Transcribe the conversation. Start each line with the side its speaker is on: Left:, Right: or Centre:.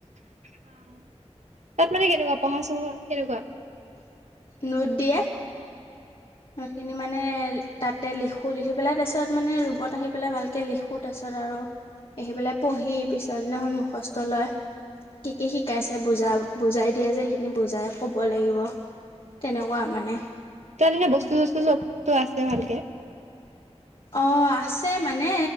Right: অ', মানে কেনেকুৱা পঢ়া চহা কেনেকুৱা?
Left: নোট দিয়ে। সেইখিনি মানে তাতে লিখোঁ লিখি পেলাই তাৰ পিছত মানে ৰুমত আহি পেলাই ভালকে লিখোঁ, তাৰ পিছত আৰু আহি পেলাই পঢ়ি পিছৰ দিনাখন মুখস্থ লয়। কি কি শিকাইছে বুজা বুজাই দিয়ে যে, সেইখিনি বুজাই ক'ব লাগিব। তেনেকুৱা মানে।
Right: তেনেকে বস্তু চস্তু চবতো আছে ভালকে।
Left: অ', আছে মানে